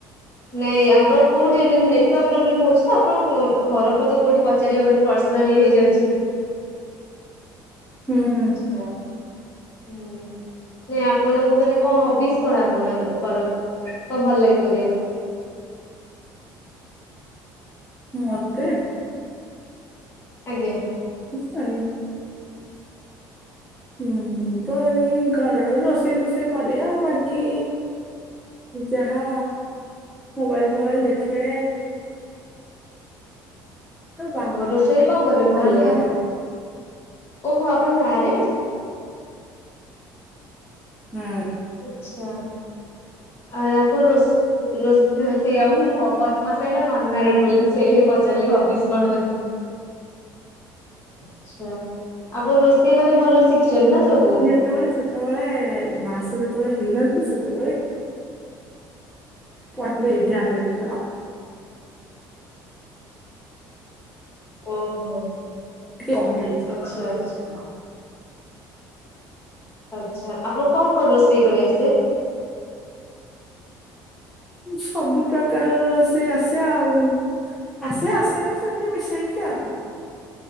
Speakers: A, on the left (about 30°); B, in the centre.
A: ନାଇଁ ଆପଣ କୋଉଠି ଏ ନେଟୱାର୍କ ପ୍ରୋବ୍ଲେମ୍ ହୋଉଚି ତ ଆପଣ ଘର ପତା କୋଉଠି ପଚାରି ହବନି। ପର୍ସନାଲି ହେଇଯାଉଚି।
B: ହୁଁ ହୁଁ।
A: ଚା ହଁ। ନା ଆପଣଙ୍କୁ ମାନେ କଣ ହବିସ୍ କଣ ଆପଣ ମାନ କର। କଣ ଭଲ ଲାଗେ କରିବାକୁ?
B: ମତେ।
A: ଆଜ୍ଞା।
B: <unintelligible> ହୁଁ। ମୁଁ ତ ଏଇ ଘରର ରୋଷେଇ ଫୋଷେଇ କରେ ଆଉ ବାକି ଯାହା ମୋବାଇଲ ଫୋବାଇଲ ଦେଖେ। ତ
A: ଓହୋ ରୋଷେଇରେ କଣ କରିବାକୁ
B: ବାହା
A: ଭଲ ଲାଗେ
B: ଫା
A: ଆପଣ ଓହୋ ଆପଣ ମାରେଜ?
B: ହୁଁ।
A: ଆଚ୍ଛା ଆ ଆପଣ ରୋଷ ରୋସେଇ ସେୟା ମତେ ଲାଗିଲା ବୋଲି ମୁଁ ସେ ଲାଗି ପଚାରିଲି ହବିସ୍ କଣ ବୋଲି। ଆଛା ଆପଣ ରୋଷେଇ ମାନେ ଭଲ ରେ ଶିଖିଚନ୍ତି ନା ସବୁ।
B: ସେତେବେଳେ ସେତେବେଳେ ବାହା ସାହା ଯେତେବେଳେ ହେଇନଥିଲି ତ ସେତେବେଳେ ପଢାପଢି ଧ୍ୟାନ ଦେଇଥିଲ ଆଉ।
A: ଓହୋ।
B: ଟିକେ କମିଯାଇଛି
A: ଆଚ୍ଛା
B: ପଢା ପଢି
A: ଆଚ୍ଛା।
B: ଉପରେ ଧ୍ୟାନ।
A: ଆଚ୍ଛା ଆପଣ କଣ କଣ ରୋଷେଇ କରି ଆସେ?
B: ସବୁ ପ୍ରକାରର ରୋଷେଇ ଆସେ ଆଉ। ଆସେ ଆସେନି ସେମତି ମିଶେଇକି ଆଉ।